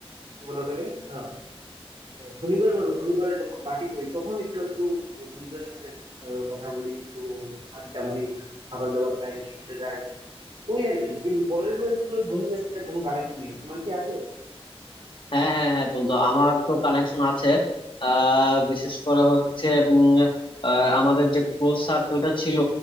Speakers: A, on the right; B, on the left.
A: কি বলে ওটাকে আহ, শনিবার বা রবিবারে যখন পার্টি করি তখন একটু একটু বন্ধুদের সাথে আহ, কথা বলি একটু আড্ডা মারি খাবার দাবার খাই রেস্টুরেন্টে যাই ওই আর কি কিন্তু কলেজ বা স্কুলের বন্ধুদের সাথে কোনো কানেকশন নেই তোমার কি আছে
B: হ্যাঁ হ্যাঁ হ্যাঁ বন্ধু আমার তো কানেকশন আছে আহ, বিশেষ করে হচ্ছে উম, আহ, আমাদের যে ক্লোজ সার্কেলটা ছিল